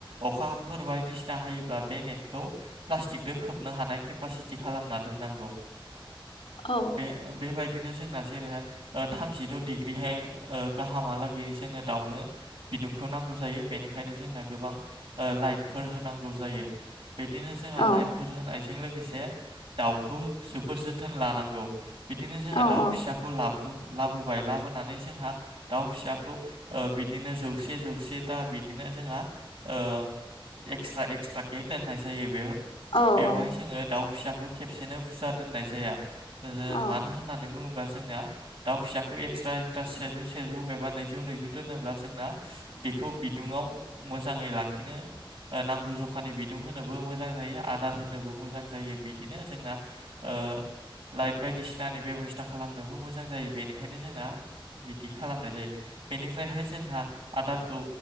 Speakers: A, on the right; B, on the left.
A: अखाफोर बायदिसि ना हायोब्ला बे नेटखौ प्लास्टिकदो खोबनो हानाय केपासिटि खालामना दोननांगौ।
B: औ
A: बे ओ बेबाय दिनो जोंना जेरैहाय ओ थामजिद' डिग्रिहाय ओ गाहामालागै जोंनो दाउनो बिदुं खौ नांगौ जायो बेनिखायनो जोंना गोबां ओ लाइटफोर होनांगौ जायो। बिदिनो जोंहा
B: औ
A: लाइटफोर होनायजों लोगोसे दाउखौ जोबोर जोथोन लानांगौ। बिदिनो जोंहा
B: औ
A: दाउ
B: औ
A: फिसाखौ ला बो लाबोबाय लाबोनानै जोंहा दाउ फिसाखौ ओ बिदिनो जौ से जौसेता बिदिनो जोंहा ओ एक्सट्रा एक्सट्राके दोननाय जायो बेव-बेवहाय
B: औ औ
A: जोङो दाउ फिसाखौ खेबसेनो बुरजा दोननाय जाया। ओ
B: औ
A: मानो होननानै बुङो ब्ला जोंना दाउ फिसाखौ एक्सट्रा एक्सट्रा सेजौ सेजौ एबा नैजौ नैजौ दोनोब्ला जोंना बेखौ बिदुङाव मोजाङै लाखिनो ओ नांगौ जखानि बिदुं होनोबो मोजां जा यो आदार होनोबो मोजां जायो बि दिनो जोंना ओ लाइट बायदिसिनानि बेबस्था खालामनोबो मोजां जायो। बेनिखायनो जोंना बिदि खालामनाय जायो बेनिफ्रायहाय जोंहा आदारखौ